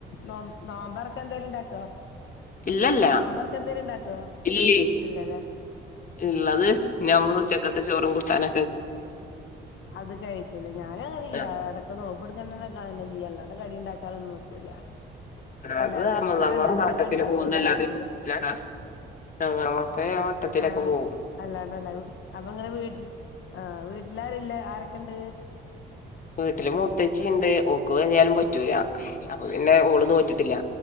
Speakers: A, on the left; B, on the left.
A: നോ നോമ്പാറാക്കാൻ എന്തായാലും ഉണ്ടാക്കുവോ
B: ഇല്ലല്ല
A: നോമ്പാർക്ക് എന്തേലുംഉണ്ടാക്കുവോ
B: ഇല്ലേ
A: ഇല്ലലേ
B: ഇള്ളത് ഞമ്മള് ഉച്ചക്കത്തെ ചോറും കുട്ടാന
A: അത് കഴിക്കല ഞാനുങ്ങനെചെയ്യ
B: ആ
A: ഇടക്ക് നോമ്പ ഇവിടിത്തെ തന്നെക ചെയ്യാള്ളെ അത്കടി ഉണ്ടാക്കാനൊന്നുനിക്കൂല എല്ലാർക്കും
B: അത് റമദാൻ
A: വാട കണ്ടപോലെഉണ്ടാകൊള്ളു
B: മാസ വട്ടത്തിന് പോകുന്നല്ലാതെ
A: എന്തെങ്കിലും
B: ആ റമദാൻ മാസേ വട്ടത്തിലൊക്കെ
A: ആഹ
B: പോകും
A: അല്ലാണ്ടല്ല അഅതെങ്ങനെ വീട്ടില് ആഹ വീട്ടിലാരല്ലേ ആരൊക്കെ ഇണ്ട്
B: വീട്ടിലും മുത്തച്ചിണ്ട് ഓക്ക് കയാലും പറ്റൂല അപ്പൊ പിന്നെ ഓള് നോറ്റിട്ടില്ല